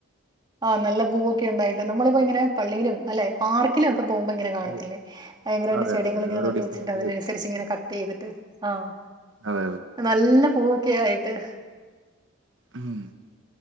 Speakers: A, on the right; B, on the right.
A: ആഹ് നല്ല പൂവൊക്കെ ഉണ്ടായിട്ട് നമ്മളിപ്പോങ്ങനെ പള്ളിയിലും അല്ലെ പാർക്കിലും പോകുമ്പോ ഇങ്ങനെ കാണത്തില്ലേ
B: അതെ
A: ഭയങ്കരമായിട്ട്
B: അതെ
A: ചെടികള്
B: അതെ അതെ
A: ഇങ്ങനെ
B: ഓരോ
A: നട്ട്
B: ഡിസൈനില്
A: വെച്ചിട്ട് അതിനനുസരിച്ച് ഇങ്ങെ കട്ട് ചെയ്തിട്ട് ആഹ്
B: ആഹ്
A: നല്ല പൂവൊക്കെ ആയിട്ട്-
B: ഉം